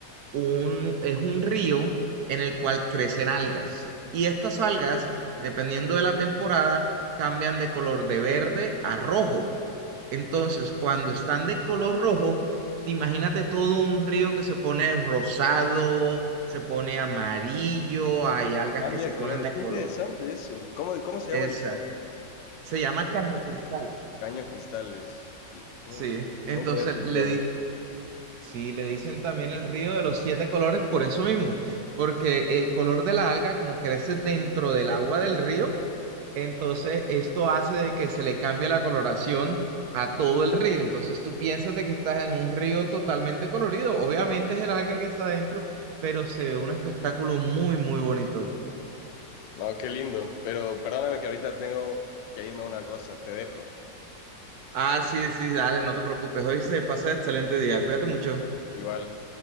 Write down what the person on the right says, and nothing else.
un, es un río en el cual crecen algas. Y estas algas, dependiendo de la temporada, cambian de color de verde a rojo. Entonces, cuando están de color rojo, imagínate todo un río que se pone rosado, se pone amarillo, hay algas
que se
ponen
de
color.
Exacto.
Se llama Caño Cristal.
Sí, entonces
le di,
sí, le dicen también el río de los siete colores por eso mismo, porque el color de la alga como crece dentro del agua del río, entonces esto hace de que se le cambie la coloración a todo el río. Entonces tú piensas de que estás en un río totalmente colorido. Obviamente es el alga que está adentro, pero se ve un espectáculo muy, muy bonito.
Ah, sí, sí, dale, no te preocupes. Hoy se pasa excelente día. Cuídate mucho.